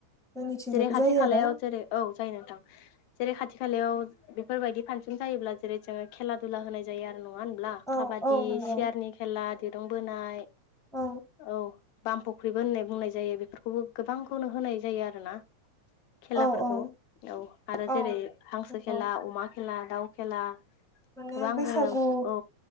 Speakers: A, in the centre; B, on the left.
A: जोंनिथिंजायबो
B: जेरै खाथि
A: जायो
B: खालायाव
A: आरो
B: जेरै औ। जायो नोंथां जेरै खाथि खालायाव बेफोरबायदि फांसन जायोब्ला जेरै जोङो खेला दुला होनाय जायो आरो। नङा होनब्ला
A: औ
B: काबादि
A: औ नंगौ
B: सियारनि खेला दिरुं बोनाय
A: औ
B: औ। बाम फुख्रिबो होननाय बुंनाय जायो बेफोरखौबो गोबांखौनो होनाय जायो आरोना। खेलाफोरखौ
A: औ औ
B: औ आरो
A: औ
B: जेरै हांसो
A: नंगौ
B: खेला अमा खेला दाउ खेला
A: माने
B: गोबां
A: बैसागु
B: जोङो औ